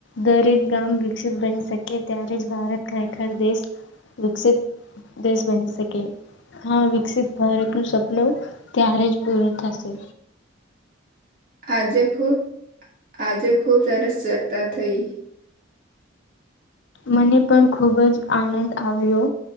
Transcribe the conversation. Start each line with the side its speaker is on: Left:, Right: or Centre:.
Left: દરેક ગામ વિકસિત બની શકે ત્યારે જ ભારત ખરેખર દેશ વિકસિત દેશ બની શકે હા વિકસિત ભારતનું સપનું ત્યારે જ પૂરું થશે.
Right: આજે ખુબ આજે ખુબ સરસ ચર્ચા થઈ.
Left: મને પણ ખૂબ જ આનંદ આવ્યો